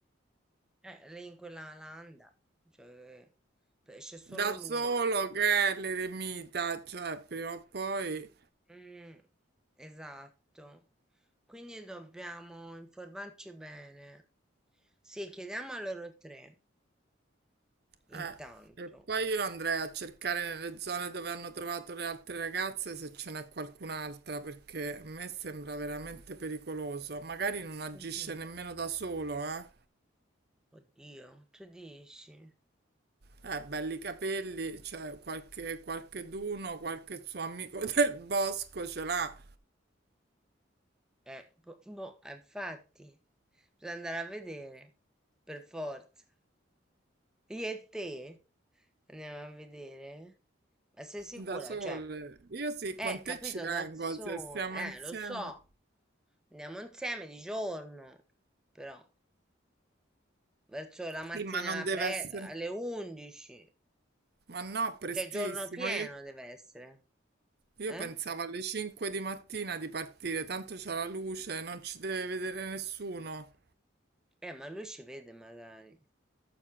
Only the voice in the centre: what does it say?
eh, lei in quella landa, cioè, pe- c'è solo
lui.
Mm, esatto. Quindi dobbiamo informarci bene. Sì, chiediamo a loro tre.
Intanto,
tu di
oddio, tu dici?
Eh, boh, boh, eh, infatti, bisogna andare a vedere, per forza. Io e te andiamo a vedere? Ma sei sicura?
Cioè,
eh,
capito,
da sole,
eh, lo so, andiamo insieme di giorno, però, verso la mattina
pre
alle 11,
cioè giorno pieno
deve essere,
eh?
Eh, ma lui ci vede magari.